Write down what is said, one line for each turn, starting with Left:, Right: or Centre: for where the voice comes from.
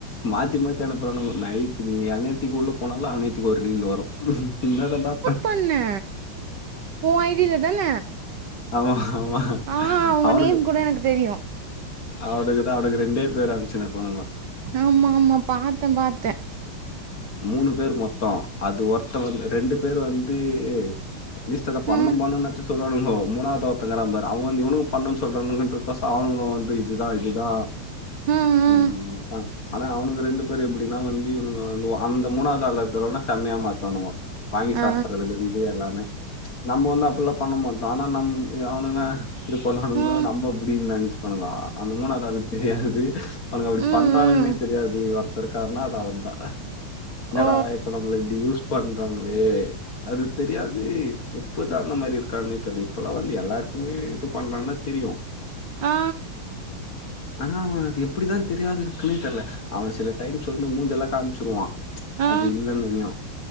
Left: மாத்தி மாத்தி அனுப்புரானுங்கோ நைட் நீ எந்நேர்த்திக்கு உள்ள போனாலும் அந்நேர்த்திக்கு ஒரு ரீல் வரும் என்ன தான்டா
Right: பண்ணு உன் ஐடியில தான
Left: ஆமா ஆமா
Right: ஆ உங்க
Left: அவனுங்க
Right: நேம் கூட எனக்கு தெரியு
Left: அவனுங்கதா அவனுங்க ரெண்டே பேர் அனுப்ச்சுனுருப்பானுங்க
Right: ஆமா ஆமா பாத்தே பாத்தே
Left: மூணு பேர் மொத்தம் அது ஒருத்த வந்து ரெண்டு பேரு வந்து அட்லீஸ்ட் அத பண்ண
Right: ஆ
Left: பண்ணுனாச்ச சொல்லுவானுங்க மூணாவ்து ஒருத்தவங்கிறாம்பாரு அவ வந்து இவனுக் பண்ணு சொல்றானுங்ருக்கோசு அவனுங்களும் வந்து இதுதா இதுதா
Right: ஆ ஆ
Left: ம் ஆனா அவனுங்க ரெண்டு பேர் எப்டின்னா வந்து இவனுங்க வந்து அந்த மூணாவ்தாள்ல இருக்கிறவனா செம்மையா மாத்துவானுங்க வாங்கி
Right: ஆ
Left: சாப்பிறதுல இருந்து எல்லாமே நம்ம வந்து அப்பில்லா பண்ண மாட் ஆனா நம் அவனுங்க இது பண்ணுவானுங்கோ
Right: ஆ
Left: நம்ம அப்டின் நெனைச் வானுங்கோ அந்த மூனாது ஆளுக்கு தெரியாது அவனுங்க
Right: ம்
Left: அப்டி பண்றானுங்கன்னே
Right: ம்
Left: தெரியாது இருக்கார்னா அது அவர் தா என்னடா
Right: ஓ
Left: இப்ப நம்ள இப்டி யூஸ் பண்றாங்களே அது தெரியாது எப்பதா அந்த மாரி இருக்கானே தெர்ல இப்பல்லா வந்து எல்லாருக்குமே இது பண்றாங்கன்னா தெரியு
Right: ஆ
Left: ஆனா அவ அது எப்டிதா தெரியாது இருக்குன்னே தெர்ல அவன் சில டைம்ஸ் வந்து மூஞ்செல்லா காமிச்சுருவா
Right: ஆ
Left: அது இல்லைன்னனு